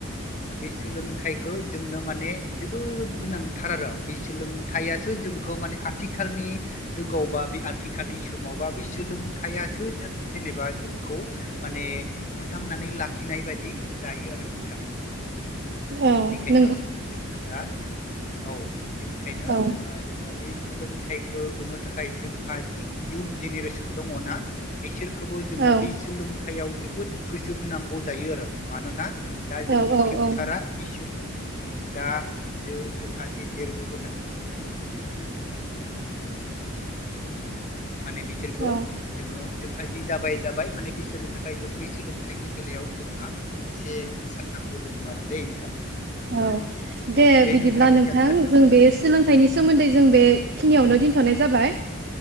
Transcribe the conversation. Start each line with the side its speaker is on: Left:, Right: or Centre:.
Left: बे सोलोंथाइखौ। जोंनो माने जोबोद गोनांथार आरो बे सोलोंथाइयासो जोंखौ माने आथिखालनि जुगावबा बे आथिखालनि समावबा बे सोलोंथाइसो जों जेनेबा जोंखौ माने। माने फोथांनानै लाखिनाय बायदि जायो आरो नोंथां।
Right: औ।
Left: बेनो
Right: नंगौ
Left: जोंना दा। औ बेनिखायनो
Right: औ
Left: जोंनो बे सोलोंथाइखौ होनो थाखाय जोंहा जि इयुन जेनेरेसन दङ ना बिसोरखौबो जोंनो
Right: औ
Left: बे सोलोंथाइयाव। जोबोद गोसो होनांगौ जायो आरो मानोना दा
Right: औ
Left: जोंनि
Right: औ
Left: फिउसारा
Right: औ
Left: बिसोरनो। दा जों जोंहा जि देरबो <inaudible> माने बिसोरखौ
Right: औ
Left: जोङो जोंहा जि जाबाय जाबाय माने बिसोर। थाखाय जों बे सोलोंथाइनि बेलायाव जोंहा एसे साननांगौ दङ आरो दे नोंथां।
Right: औ
Left: ओ
Right: दे बिदिब्ला नोंथां
Left: जियानो जाथों
Right: जों बे सोलोंथाइनि सोमोन्दै जों बेखिनियावनो दोनथ'नोसै। जाबाय।